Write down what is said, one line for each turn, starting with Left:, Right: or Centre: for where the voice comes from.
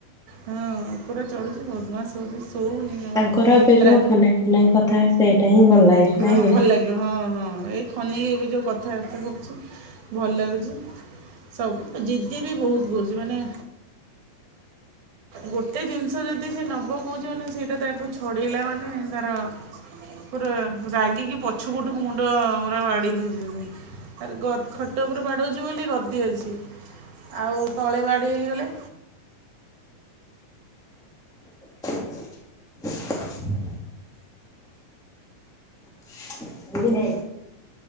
Right: ହଁ ଉପରେ ଚଢୁଚି ବଦମାସ୍ ହଉଚି ଶୋଉନି। ଜମା
Centre: ତାଙ୍କର ଏବେ ଯୋଉ
Right: ରା
Centre: ଖନେଇ ଖନେଇ କଥା ସେଇଟା ହିଁ ଭଲ ଲାଗେ। ନାଇଁ
Right: ହଁ
Centre: କି
Right: ଭଲ ଲାଗିବ ହଁ ହଁ ଏଇ ଖନେଇକି ଏବେ ଯୋଉ କଥ୍ ଥାବାର୍ତା କରୁଚି ଭଲ ଲାଗୁଚି ସବୁତ ଜିଦି ବି ବହୁତ୍ କରୁ ଚି ମାନେ ଗୋଟେ ଜିନିଷ ଯଦି ସେ ନବ କହୁଚି ମାନେ ସେଇଟା ତାଠୁ ଛଡେଇଲା ମାନେ ତାର ପୁରା ରାଗିକି ପ ଛୁଠୁକୁ ମୁଣ୍ଡ ପୁରା ବାଡେଇ ଦଉଚି। ଆରେ ଗଦ୍-ଖଟ ଉପରେ ବାଡୋଉଚି ବୋଲି ଗଦି ଅଛି ଛି ଆଉ ତଳେ ବାଡେଇ ହେଇଗଲେ!
Centre: <inaudible> ଶୁଭୁନି।